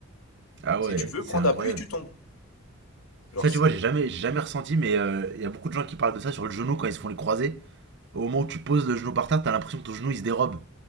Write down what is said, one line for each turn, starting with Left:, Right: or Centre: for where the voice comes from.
Right: Ah
Left: Si
Right: ouais,
Left: tu veux
Right: c'est
Left: prendre
Right: incroyable.
Left: appui, tu tombes. Genre,
Right: Ça,
Left: c'est...
Right: tu vois, j'ai jamais, j'ai jamais ressenti, mais euh, il y a beaucoup de gens qui parlent de ça sur le genou quand ils se font les croisés. Au moment où tu poses le genou par terre, t'as l'impression que ton genou, il se dérobe.